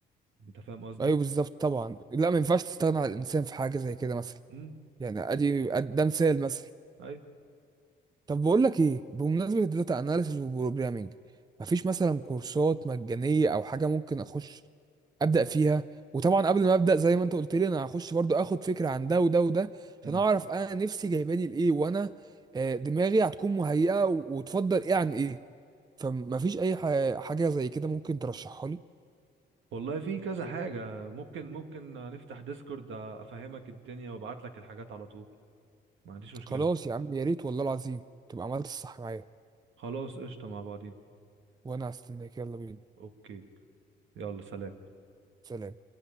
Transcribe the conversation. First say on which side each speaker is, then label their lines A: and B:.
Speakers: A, on the right (about 75°); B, on the right (about 20°).
A: انت فاهم قصدي
B: ايوه بالظبط طبعا لا ما ينفعش تستغنى عن الانسان في حاجة زي كده مثلا
A: امم
B: يعني ادي أد- ده مثال مثلا
A: ايوه
B: طب بقول لك ايه بمناسبه الداتا اناليسيس والبروجرامينج مفيش مثلا كورسات مجانيه او حاجه ممكن اخش ابدا فيها وطبعا قبل ما ابدا زي ما انت قلت لي انا هخش برضو اخد فكره عن ده وده وده عشان
A: امم
B: اعرف انا نفسي جايباني لايه وانا آه، دماغي هتكون مهيئه و- وتفضل ايه عن ايه فمفيش اي ح- حاجه زي كده ممكن ترشحها لي
A: والله في كذا حاجه ممكن ممكن نفتح ديسكورد افهمك الدنيا وابعت لك الحاجات على طول ما عنديش مشكله
B: خلاص يا عم يا ريت والله العظيم تبقى عملت الصح معايا
A: خلاص قشطه مع بعضين
B: وانا هستناك يلا بينا
A: اوكي يلا سلام
B: سلام